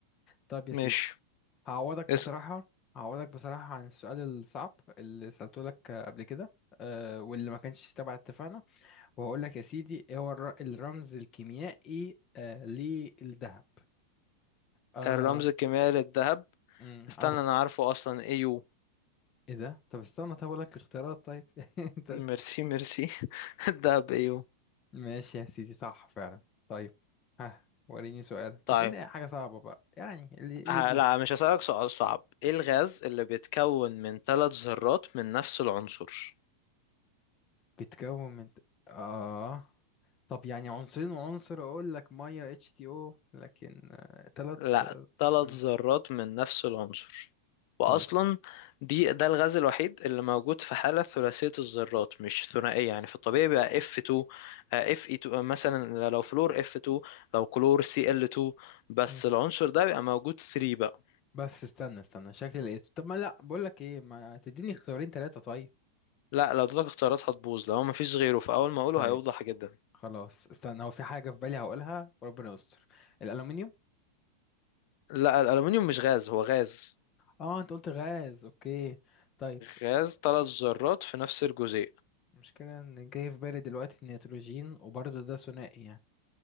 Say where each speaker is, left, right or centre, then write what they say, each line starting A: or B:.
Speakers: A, on the left; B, on the left.
A: طيب يا
B: ماشي
A: سيدي هعوضك
B: اسأل
A: بصراحه هعوضك بصراحه عن السؤال الصعب اللي سالته لك آه، قبل كده آه واللي ما كانش تبع اتفاقنا وهقول لك يا سيدي ايه هو الر- الرمز الكيميائي آه للذهب آه
B: الرمز الكيميائي للذهب
A: مم،
B: استنى
A: انا
B: انا عارفه اصلا ايو
A: ايه ده طب استنى طب اقول لك اختيارات طيب <laughs> انت
B: ميرسي ميرسي <laughs> الذهب ايو
A: ماشي يا سيدي صح فعلا طيب ها وريني سؤالك
B: طيب
A: اسألني اي حاجة صعبة بقى يعني اللي
B: ه-
A: اللي تجيبه
B: لا مش هسألك سؤال صعب ايه الغاز اللي بيتكون من ثلاث ذرات من نفس العنصر
A: بتكون من اه طب يعني عنصرين وعنصر اقول لك ميه اتش تي او لكن آه، تلات
B: لا
A: آه،
B: ثلاث
A: مم.
B: ذرات من نفس العنصر واصلا
A: طيب
B: دي ده الغاز الوحيد اللي موجود في حاله ثلاثيه الذرات مش ثنائيه يعني في الطبيعي بيبقى F2 آه، Fe2 مثلا لو فلور F2 لو كلور Cl2 بس
A: مم.
B: العنصر ده بيبقى موجود 3 بقى
A: بس استنى استنى شكلي لقيته طب ما لا بقول لك ايه ما تديني اختيارين تلاتة طيب
B: لا لو اديتك اختيارات هتبوظ لو مفيش غيره فاول ما اقوله
A: طيب
B: هيوضح جدا
A: خلاص استنى هو في حاجة في بالي هقولها وربنا يستر الألومنيوم
B: لا الالومنيوم مش غاز هو غاز
A: اه انت قلت غاز اوكي طيب
B: غاز ثلاث ذرات في نفس الجزيء
A: المشكلة ان جاي في بالي دلوقتي النيتروجين وبرضه ده ثنائي يعني